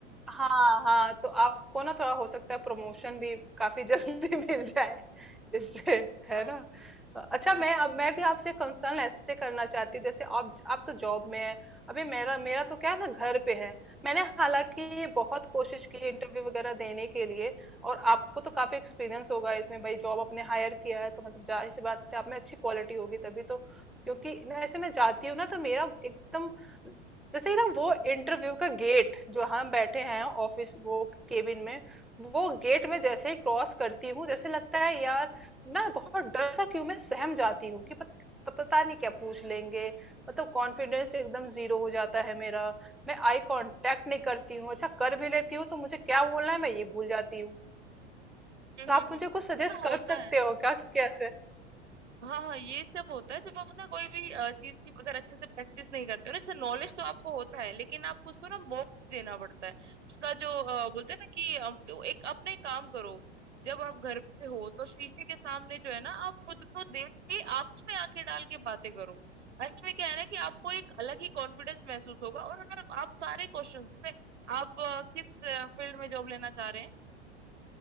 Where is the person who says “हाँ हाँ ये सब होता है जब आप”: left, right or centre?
Right